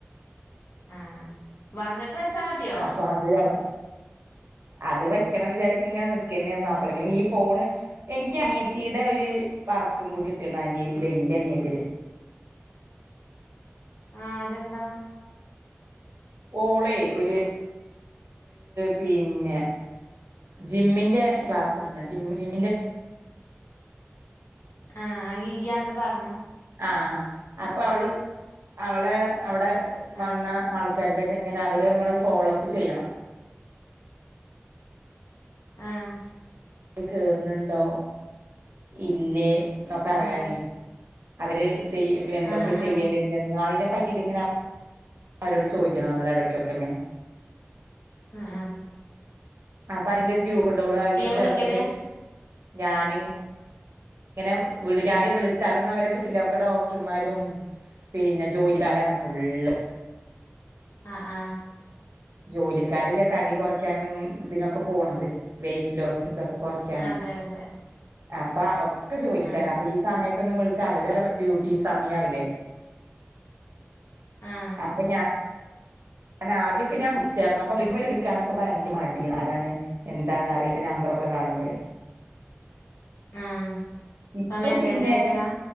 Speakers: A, on the left; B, on the right.
A: ആഹ വന്നിട്ട് വെച്ചാ മതിയോ
B: അപ്പൊ അത് എവിടെ അത് വ ക്കണം വിചാരിച്ചു ഇങ്ങനെ നിക്കെന്നെയരുന്നു അപ്പളങ്ങെ ഈ ഫോണ് എനിക്ക് അനിയത്തിയുടെ ഒരു വർക്കും കൂടി കിട്ട അനിയത്തി ഇന്റ അനിയത്തിടെ
A: ആഹ അതെന്താ
B: ഓളെ ഒരു പിന്നെ ജിമ്മിന്റെ ക്ലാസ് ഇടി ജിം ജിമ്മിന്റെ
A: ആ യ്യി അന്ന് പറഞ്ഞു
B: ആഹ ആ അപ്പൊ അവള് അവളെ അവിടെ വന്ന
A: ആഹ്
B: ആൾ ക്കാരുടെ ഒക്കെ ഇങ്ങനെ അവരെ നമ്മള് ഫോളോ അപ്പ് ചെയ്യണം
A: ആഹ
B: കേറുന്നുണ്ടോ ഇല്ലേ എന്നൊക്കെ അറിയാനേ
A: ആഹ്
B: അവര് ചെയ എന്തൊക്കെ
A: ആഹ്
B: ചെയ്യല
A: ആഹ്
B: അതിനെ റ്റിട്ട് ഇങ്ങനെ അവരോട് ചോദിക്കണം നമ്മളുടെ ഇടക്കൊക്കെ ഇങ്ങനെ
A: ആഹ ആഹ
B: അപ്പൊ അതില ഒരു ഗ്രൂപ്പ ഉണ്ടോള്ളു അതില് ചേർത്തിട്ട്
A: വിളിക്കല്
B: ഞാന ഇങ്ങനെ വിളിച്ചല് വിളിച്ചാലൊന്നും അവരെ കിട്ടില്ല ഒക്കെ ഡോക്ടർമാരും പിന്നെ ജോലിക്കാരാണ് ഫുള്ള്
A: ആ ആ
B: ജോലിക്കാരല്ലേ തടി കുറയ്ക്കാനും ഇതിനൊക്കെ പോണത് വെയിറ്റ് ലോസും ഇതൊക്കെ കുറക്കാനെ
A: അതെ അതെ
B: അപ്പ ഒക്കെ
A: ആഹ്
B: ജോലിക്കാര
A: ആഹ്
B: അപ്പൊ ഈ സമയത്തൊന്നും വിളിച്ചാ അവരെ ഡ്യൂട്ടി സമയവില്ലേ
A: ആഹ്
B: അപ്പൊ ഞാൻ അ ആദ്യൊക്കെ ഞാൻ വിളി ച്ചേർന്ന അ എടുക്കാനൊക്കെ ഭയങ്കര മടിയാണ് ആരാണ് എന്താണ് അറിയ ന ഒക്കെ കാണുമ്പഴേ.
A: ആഹ്
B: ഇപ്പൊ
A: അപ്പൊ മെസ്സേജ്
B: പിന്നെ
A: അയക്കലാ